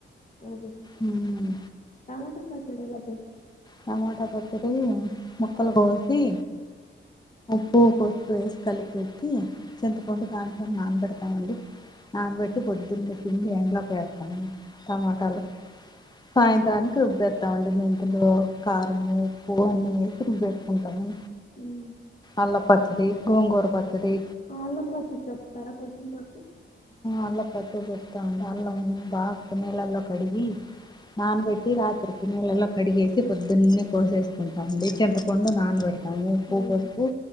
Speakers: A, on the left; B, on the left.
A: అే
B: ఉమ్,
A: టమాటా కచడులా
B: టమాటా పచ్చడి ముక్కలు కోసి
A: ఆ
B: పు పసు వేసి కలిపి పెట్టి చింతకుంటడా దాంట్లో నానబెడతామండి నానబట్టి పొద్దున్న పిండి ఎండ్లోకి వేస్తాం టమాటాలు సాయంత్రానికి రుబ్బితామండి మీ ఇంట్లో కారం ఉప్పు అన్నీ తుబేట్టుకుంటాము
A: మ్మ్.
B: అల్ల పచ్చడి గోంగూర పచ్చడి
A: ఆళ్ళ పచ్చడ చెప్తారా కొంచెం నాకు
B: అల్ల పచ్చడ చెప్తా అండి అల్లం బాగా కొనేలల్లో కడిగి నానబెట్టి రాత్రి పినీలెలో కడిగేసి పొద్దున్నే కోసేసుకుంటాం డి చెంతపండు నాన పెడతా అ ఉప్పు
A: అదే
B: వసుకు